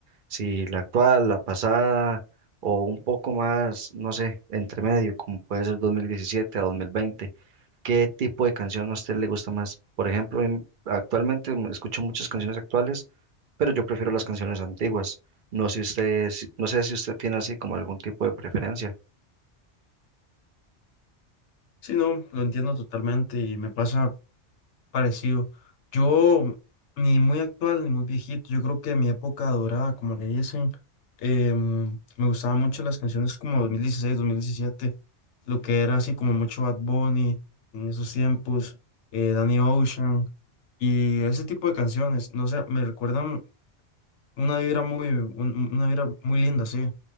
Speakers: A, on the right; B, on the left.
A: si la actual, la pasada, o un poco más, no sé, entre medio, como puede ser 2017 a dos mil veinte ¿Qué tipo de canción a usted le gusta más? Por ejemplo, em, actualmente m- escucho muchas canciones actuales, pero yo prefiero las canciones antiguas. No sé usted, si- no sé si usted tiene así como algún tipo de preferencia.
B: Sí, no, lo entiendo totalmente y me pasa parecido. Yo, ni muy actual ni muy viejito, yo creo que mi época dorada, como le dicen, em, me gustaban mucho las canciones como dos dos mil dieciséis dos mil diecisiete, lo que era así como mucho Bad Bunny en esos tiempos, eh, Danny Ocean y ese tipo de canciones, no sé, me recuerdan una vibra muy, un- una vibra muy linda, sí